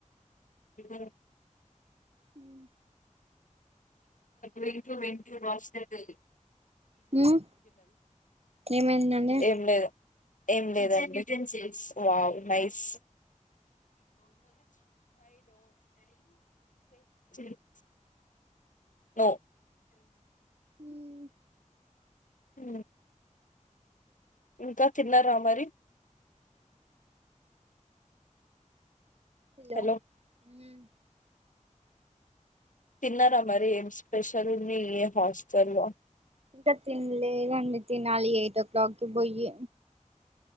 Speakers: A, on the left (about 75°); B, on the right (about 50°).
A: ఉ <inaudible>
B: మ్మ్
A: రెంట్లు రెంట్లు మస్త్ ఐతది
B: హ్మ్మ్ ఏమైన్ దండి
A: ఏం లేదు ఏం లేదండి వావ్ నైస్ <inaudible> నొ <inaudible>
B: ఉమ్
A: అ ఇంక తిన్నార మరి
B: హెలో
A: హలో
B: ఉమ్
A: తిన్నర మరి ఏం స్పెషల్ ఉంది ఏ హాస్టల్లో
B: ఇంక తిన్లే దండి తినాలి ఎయిట్ ఓ క్లాక్కి పోయి